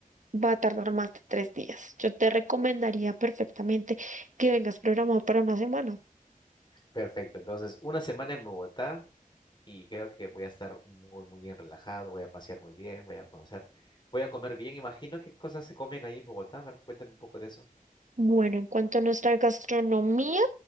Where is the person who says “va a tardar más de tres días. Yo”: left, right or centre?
Right